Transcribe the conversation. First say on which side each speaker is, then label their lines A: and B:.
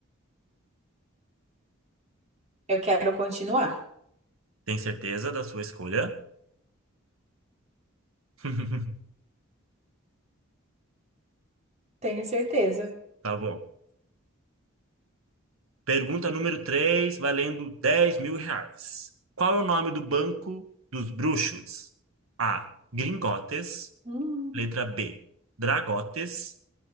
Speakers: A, on the right (about 30°); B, on the right (about 80°).
A: Eu quero continuar,
B: Tem certeza da sua escolha? <laughs>
A: tenho certeza.
B: Tá bom. Pergunta número 3, valendo dez mil reais. Qual é o nome do banco dos bruxos? A. Gringotes.
A: Hum.
B: Letra B. Dragotes.